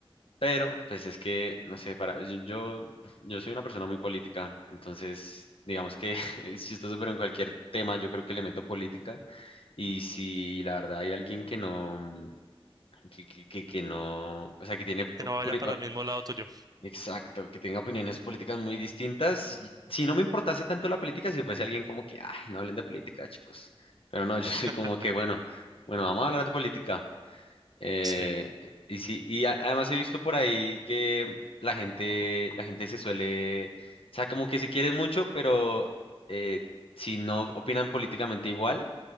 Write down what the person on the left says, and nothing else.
pero, pues es que, no sé, para, yo, yo, yo soy una persona muy política, entonces, digamos que <laughs> es chistoso, pero en cualquier tema yo creo que le meto política. Y si la verdad hay alguien que no, mm, que, que, que, que no, o sea, que tiene,
opri-
ah,
exacto, que tenga opiniones políticas muy distintas, y- si no me importase tanto la política, si fuese alguien como que, ay, no hablen de política, chicos. Pero no, <laughs> yo soy
como que, bueno, bueno, vamos a hablar de política. Eh,
y sí, y a- además he visto por ahí que la gente, la gente se suele, o sea, como que se quieren mucho, pero eh, si no opinan políticamente igual,